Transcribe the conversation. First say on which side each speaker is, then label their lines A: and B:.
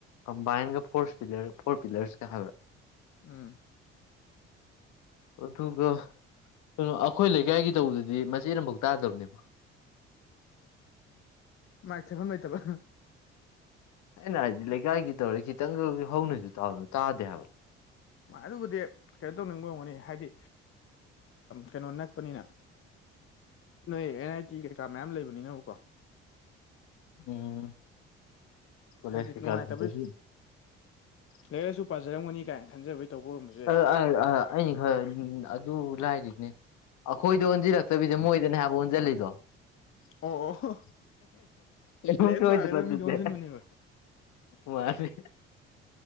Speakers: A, on the left (about 65°); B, on the left (about 45°).
A: ꯀꯝꯕꯥꯏꯟꯒ ꯐꯣꯔ ꯄꯤꯂꯔ ꯐꯣꯔ ꯄꯤꯂꯔꯁꯀ ꯍꯥꯏꯕ꯭ꯔꯥ
B: ꯎꯝ
A: ꯑꯗꯨꯒ ꯀꯩꯅꯣ ꯑꯩꯈꯣꯏ ꯂꯩꯀꯥꯏꯒꯤ ꯇꯧꯕꯗꯗꯤ ꯃꯆꯦꯠ ꯑꯃꯐꯥꯎ ꯇꯥꯗꯕꯅꯦꯕ <inaudible>
B: ꯃꯥꯏ ꯆꯐꯝꯐꯝ ꯂꯩꯣꯏꯇꯕ
A: ꯑꯩꯅ ꯍꯥꯏꯗꯤ ꯂꯩꯀꯥꯏꯒꯤ ꯇꯧꯔ ꯈꯤꯇꯪꯒ ꯍꯧꯅꯁꯨ ꯇꯥꯗꯦ ꯍꯥꯏꯕ
B: ꯑꯗꯨꯕꯨꯗꯤ ꯀꯩꯅꯣ ꯇꯧꯅꯤꯡꯕ ꯉꯝꯒꯅꯤ ꯍꯥꯏꯗꯤ ꯀꯩꯅꯣ ꯅꯛꯄꯅꯤꯅ ꯅꯣꯏ ꯑꯦꯟ ꯑꯥꯏ ꯇꯤ ꯀꯩꯀꯥ ꯃꯌꯥꯝ ꯂꯩꯕꯅꯤꯅꯕꯀꯣ
A: ꯎꯝ ꯀꯣꯂꯦꯖ
B: ꯍꯥꯏꯗꯤ
A: ꯀꯩꯀꯥ
B: ꯅꯨꯡꯉꯥꯏꯇꯕꯩ
A: ꯂꯤꯡꯕꯒꯤ
B: ꯂꯥꯏꯔꯤꯛ ꯂꯥꯏꯁꯨ ꯄꯥꯖꯔꯝꯒꯅꯤ ꯀꯥꯏꯅ ꯈꯟꯖꯕꯩ ꯇꯧꯕ ꯑꯣꯏꯔꯝꯕꯁꯨ
A: ꯑ
B: ꯌꯥꯏ
A: ꯍ ꯑꯗꯨ ꯂꯥꯏꯔꯤꯅꯦ ꯑꯩꯈꯣꯏꯗ ꯑꯣꯟꯁꯤꯜꯂꯛꯇꯕꯤꯗ ꯃꯣꯏꯗꯅꯦ ꯍꯥꯏꯕ ꯑꯣꯟꯁꯤꯜꯂꯤꯗꯣ
B: ꯑꯣ ꯑꯣ
A: ꯀ
B: ꯂꯥꯏꯔꯤꯛ
A: ꯑꯣꯏꯗ
B: ꯄꯥꯒꯗꯕ
A: ꯑꯗꯨꯗꯤꯦ
B: ꯃꯤꯗꯣ ꯑꯣꯟꯁꯤꯟꯕꯅꯦꯕ
A: ꯃꯥꯁ